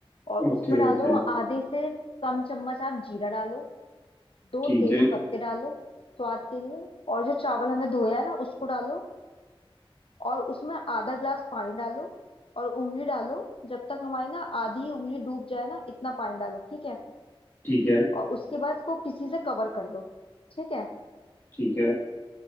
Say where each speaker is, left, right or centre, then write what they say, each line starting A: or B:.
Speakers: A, on the left; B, on the left.
A: और
B: Okay
A: उसमें डालो
B: okay
A: आधे से कम चम्मच आप जीरा डालो दो
B: ठीक
A: तेज
B: है
A: पत्ते डालो स्वाद के लिए और जो चावल हमने धोया है ना उसको डालो और उसमें आधा ग्लास पानी डालो और उंगली डालो जब तक हमारी ना आधी उंगली डूब जाए ना इतना पानी डालो ठीक है
B: ठीक है
A: और उसके बाद इसको किसी से कवर कर दो ठीक है
B: ठीक है